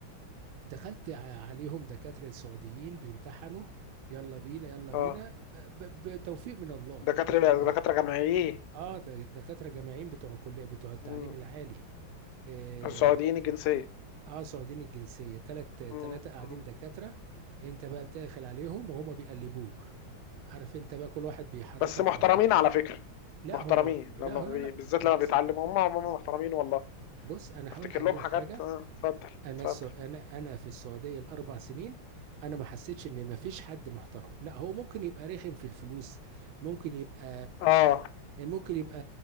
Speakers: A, on the right; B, on the left.
A: دخلت ع- عليهم دكاتره سعوديين بيمتحنوا يلا بينا يلا بينا
B: اه
A: آه، ب- بتوفيق من الله
B: دكاترة
A: بالامانه
B: دكاترة جامعيين
A: اه ده- دكاتره جامعيين بتوع كل بتوع التعليم
B: مم.
A: العالي إيه
B: السعوديين
A: اللي هم
B: الجنسية
A: اه سعوديين الجنسيه تلات تلاته
B: مم.
A: قاعدين
B: مم.
A: دكاتره انت بقى داخل عليهم وهم بيقلبوك عارف انت بقى كل واحد بيحركك
B: بس محترمين
A: من حته
B: على فكرة
A: لا
B: محترمين
A: هم لا
B: لما بي...
A: لا لا
B: بالذات
A: بص
B: لما بيتعلموا هم هم محترمين والله
A: بص انا
B: افتكر
A: هقول لحضرتك
B: لهم حاجات
A: حاجه
B: اه اتفضل
A: انا
B: اتفضل
A: السو... انا انا في السعوديه الاربع سنين انا ما حسيتش ان ما فيش حد محترم لا هو ممكن يبقى رخم في الفلوس ممكن يبقى
B: اه
A: ممكن يبقى